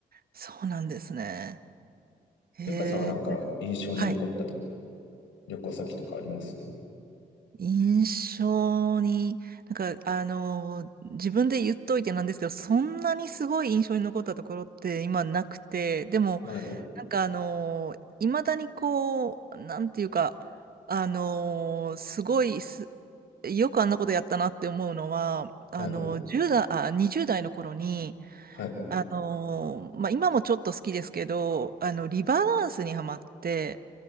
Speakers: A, on the right; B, on the left.
A: そうなんですね。ええ
B: ゆかさんはなんか印象に残ったと
A: はい。
B: 旅行先とかあります
A: 印象に、なんか、あの自分で言っといてなんですけど、そんなにすごい印象に残ったところって今なくて、でも、
B: はい、
A: なんかあのいまだにこう、なんていうか、あのすごいす、よくあんなことやったなって思うのは、あの、
B: はい、
A: 1代、あ、20代の頃に、
B: はい。
A: あの、まあ、今もちょっと好きですけど、あの、リバーダンスにハマって、